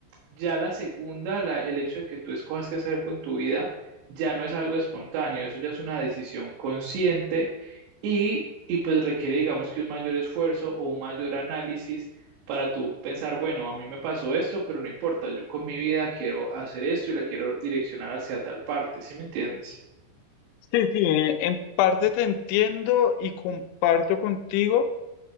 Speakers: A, on the right; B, on the left.
A: Ya la segunda, la- el hecho de que tú escojas qué hacer con tu vida, ya no es algo espontáneo, eso ya es una decisión consciente y, y pues requiere, digamos que un mayor esfuerzo o un mayor análisis para tú pensar, bueno, a mí me pasó esto, pero no importa, yo con mi vida quiero hacer esto y la quiero direccionar hacia tal parte, ¿sí me entiendes?
B: Sí, sí, eh, en parte te entiendo y comparto contigo.